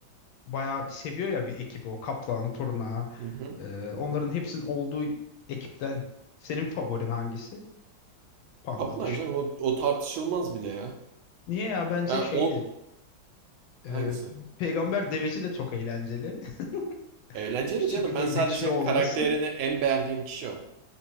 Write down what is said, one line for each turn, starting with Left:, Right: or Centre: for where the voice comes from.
Left: e, bayağı seviyor ya bir ekibi o Kaplan, Turna.
Right: Hı hı.
Left: e, onların hepsinin olduğu ekipten senin favorin hangisi? Panda
Right: Kaplan
Left: dışında.
Right: canım o, o tartışılmaz bile ya.
Left: Niye ya bence
Right: Ya
Left: şeydi.
Right: on
Left: e,
Right: hangisi?
Left: Peygamber devesi de çok eğlenceli.
Right: Eğlenceli
Left: <laughs> Küçük
Right: canım.
Left: ve
Right: Ben
Left: güçlü
Right: sadece
Left: olması.
Right: karakterini en beğendiğim kişi o.